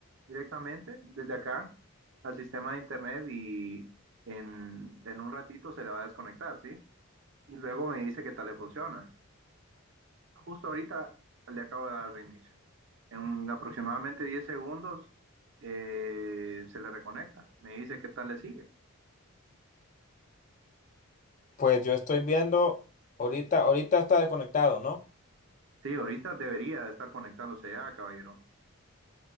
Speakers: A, on the right; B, on the left.
A: directamente desde acá al sistema de internet y en, en un ratito se le va a desconectar, ¿sí? Y luego me dice qué tal le funciona. Justo ahorita le acabo de dar reinicio. En aproximadamente 10 segundos eh, se le reconecta. Me dice qué tal le sigue.
B: Pues yo estoy viendo, ahorita, ahorita está desconectado, ¿no?
A: Sí, ahorita debería de estar conectándose ya, caballero.